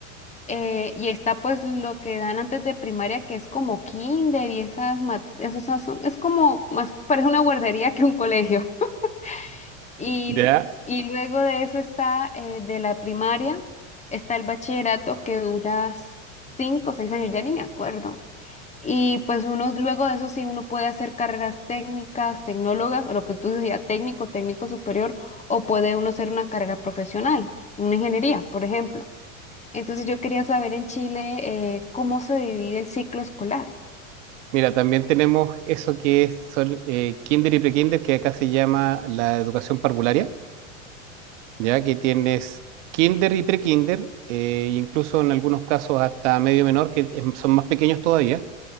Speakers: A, on the left; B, on the right.
A: eh, y está pues lo que dan antes de primaria, que es como kinder y esas, mat- esos asu- es como más, parece una guardería que un colegio. <laughs> Y,
B: ¿Ya?
A: y luego de eso está eh, de la primaria, está el bachillerato que dura cinco o seis años, ya ni me acuerdo. Y pues uno, luego de eso sí, uno puede hacer carreras técnicas, tecnólogas, o lo que tú decías, técnico, técnico superior, o puede uno hacer una carrera profesional, una ingeniería, por ejemplo. Entonces yo quería saber en Chile eh, cómo se divide el ciclo escolar.
B: Mira, también tenemos eso que es, son eh, kinder y prekinder, que acá se llama la educación parvularia, ya que tienes kinder y prekinder, eh, incluso en algunos casos hasta medio menor, que es- son más pequeños todavía.